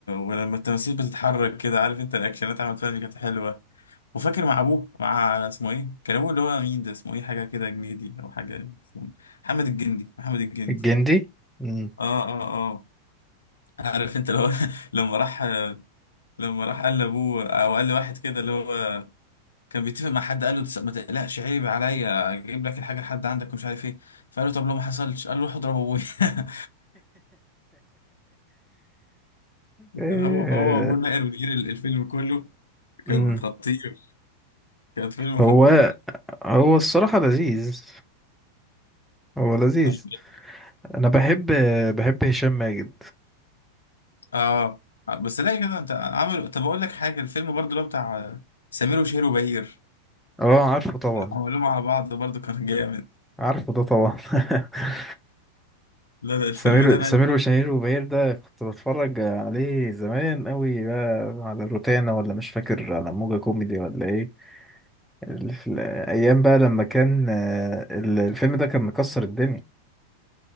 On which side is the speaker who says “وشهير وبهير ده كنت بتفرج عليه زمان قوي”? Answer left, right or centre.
Centre